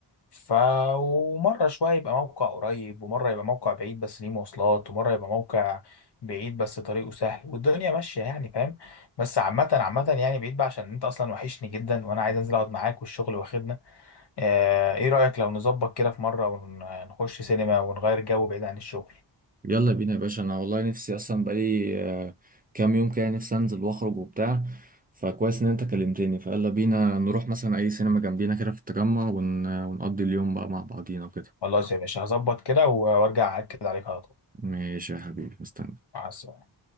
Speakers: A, on the left (about 65°); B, on the right (about 20°).
A: ف ومرة شوية يبقى موقع قريب ومرة يبقى موقع بعيد بس ليه مواصلات ومرة يبقى موقع بعيد بس طريقه سهل والدنيا ماشية يعني فاهم بس عامة عامة يعني بعيد بقى عشان انت اصلا وحشني جدا وانا عايز انزل اقعد معاك والشغل واخدنا آه، ايه رأيك لو نظبط كده في مرة ونخش سينما ونغير جو بعيد عن الشغل
B: يلا بينا يا باشا انا والله نفسي اصلا بقالي آه، كام يوم كده نفسي انزل واخرج وبتاع فكويس ان انت كلمتني فيلا بينا نروح مثلا اي سينما جنبينا كده في التجمع ون... ونقضي اليوم بقى مع بعضينا وكده
A: خلاص يا باشا هظبط كده و- وارجع اكد عليك على طول
B: ماشي يا حبيبي مستني
A: مع السلامه